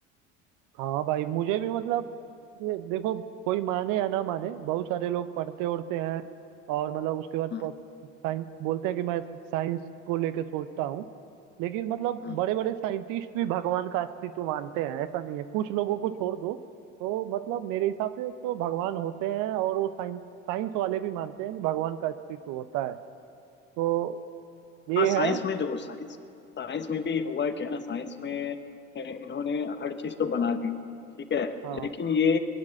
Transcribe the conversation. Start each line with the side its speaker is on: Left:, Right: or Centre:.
Right: हाँ भाई मुझे भी मतलब ये देखो कोई माने या ना माने बहुत सारे लोग पढ़ते उड़ते हैं और मतलब उसके बाद
Left: हम्म
Right: प- साइंस बोलते हैं कि मैं साइंस को लेके सोचता हूँ लेकिन मतलब
Left: हम्म।
Right: बड़े बड़े साइंटिस्ट भी भगवान का अस्तित्व मानते हैं ऐसा नहीं है कुछ लोगों को छोड़ दो तो मतलब मेरे हिसाब से तो भगवान होते हैं और वो साइंस साइंस वाले भी मानते हैं कि भगवान का अस्तित्व होता है तो ये
Left: हाँ साइंस
Right: है
Left: में देखो साइंस साइंस में भी हुआ क्या ना साइंस में अ, इन्होंने हर चीज तो बना दी ठीक है
Right: हाँ
Left: लेकिन ये